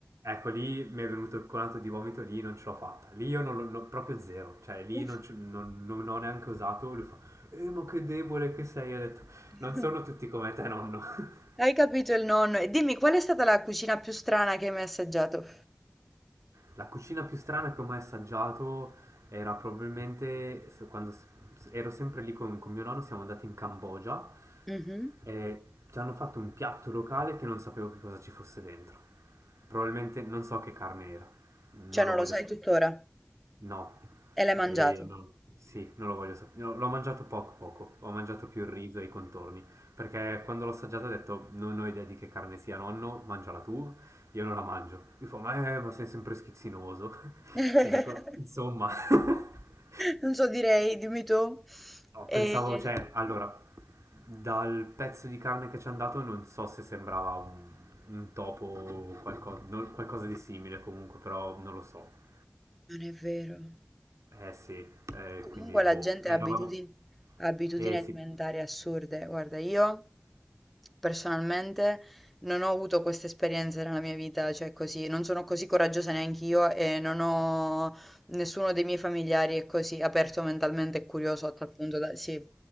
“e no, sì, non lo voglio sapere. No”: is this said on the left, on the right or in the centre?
Right